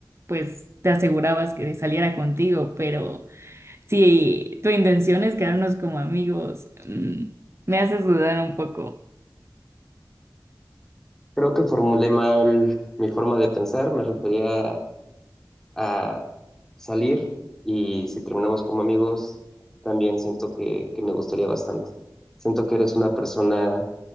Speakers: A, on the right; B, in the centre.
A: pues te asegurabas que saliera contigo, pero... Si tu intención es quedarnos como amigos, mm, me haces dudar un poco.
B: Creo que formulé mal mi forma de pensar, me refería a salir y si terminamos como amigos, también siento que, que me gustaría bastante. Siento que eres una persona